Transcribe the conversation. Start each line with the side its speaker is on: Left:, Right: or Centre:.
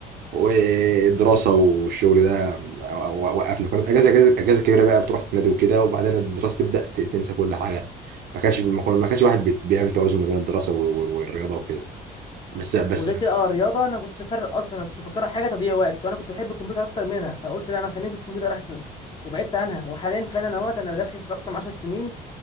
Right: ودراسه والشغل ده و- وقفنا كنا في اجازه اجازه اجازه كبيره بقى بتروح تنادي وكده وبعدين الدراسه تبدا ت- تنسى كل حاجه ما كانش ما كان- ما كانش واحد بيت- بيعمل توازن ما بين الدراسه و- و- والرياضه وكده بس بس
Left: وغير كده اه الرياضه انا كنت بفرق اصلا انا كنت فاكرها حاجه تضييع وقت وانا كنت بحب الكمبيوتر اكتر منها فقلت لا انا خليني في الكمبيوتر احسن وبعدت عنها وحاليا فعلا انا وقت انا داخل في اكتر من 10 سنين